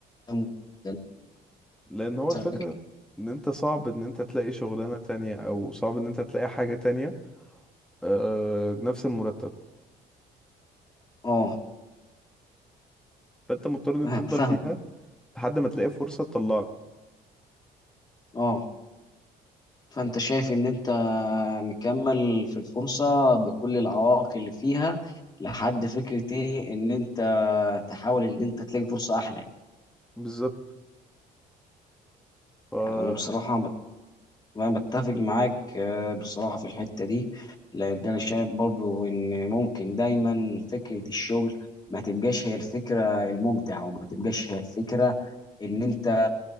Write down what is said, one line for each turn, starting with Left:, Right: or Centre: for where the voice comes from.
Left: أهم جداً.
Centre: لان هو
Left: مثلاً
Centre: الفكره ان انت صعب ان انت تلاقي شغلانه تانية او صعب ان انت تلاقي حاجه تانية آه، بنفس المرتب
Left: اه
Centre: فانت مضطر ان انت
Left: فاهم
Centre: تفضل
Left: فاهم
Centre: فيها لحد ما تلاقي فرصه تطلعك
Left: اه فانت شايف ان انت مكمل في الفرصه بكل العوائق اللي فيها لحد فكرة ايه ان انت تحاول ان انت تلاقي فرصه احلى يعني
Centre: بالظبط ف
Left: يعني انا بصراحه وانا بتفق معاك آه، بصراحة في الحتة دي لأن أنا شايف برضو إن ممكن دايما فكرة الشغل ما تبقاش هي الفكرة الممتعة وما تبقاش هي الفكرة إن أنت